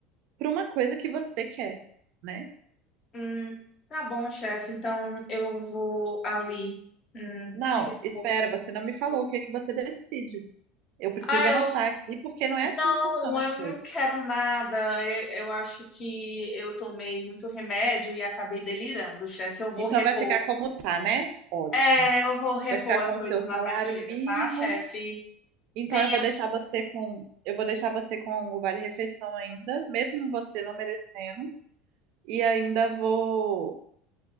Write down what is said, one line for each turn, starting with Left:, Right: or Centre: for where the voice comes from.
Right: por uma coisa que você quer, né?
Left: Hum, tá bom, chefe. Então, eu vou ali. Hum.
Right: Não,
Left: <laughs>
Right: espera, você não me falou o que é que você decide. Eu preciso
Left: Ah, eu
Right: anotar aqui, porque não é assim
Left: não,
Right: que funcionam
Left: eu
Right: as coisas.
Left: não quero nada. Eu, eu acho que eu tomei muito remédio e acabei delirando, chefe. Eu vou
Right: Então
Left: repor.
Right: vai ficar como tá, né? Ótimo.
Left: É, eu vou repor
Right: Vai ficar
Left: as
Right: com
Left: coisas
Right: o seu salário
Left: na prateleira,
Right: mínimo.
Left: tá, chefe?
Right: Então
Left: Tenha,
Right: eu vou deixar você com, eu vou deixar você com o vale-refeição ainda, mesmo você não merecendo. E ainda vou.